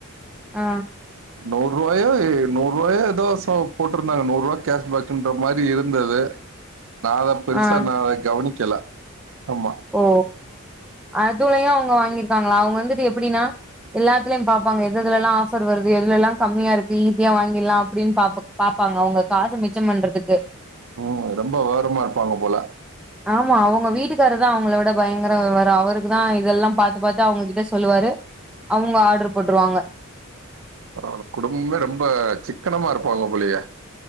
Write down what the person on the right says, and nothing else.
நூர் ருவாயோ நூர் ருவாயோ ஏதோ சொ போட்ருந்தாங்க நூறு ருவா கேஷ் பேக்குன்ற மாரி இருந்துது
நா அதா பெருசா
நா அத கவனிக்கல ஆமா
ம் ரொம்ப விவரமா இருப்பாங்க போல
ஆ குடும்பமே ரொம்ப சிக்கனமா இருப்பாங்க போலியே